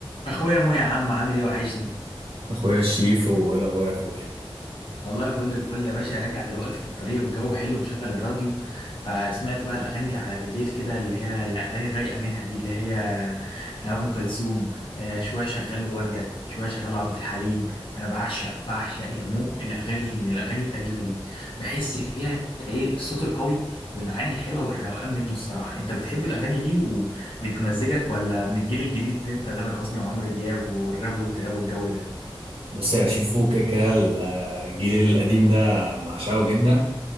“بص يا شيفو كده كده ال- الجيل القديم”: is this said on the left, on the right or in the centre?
Right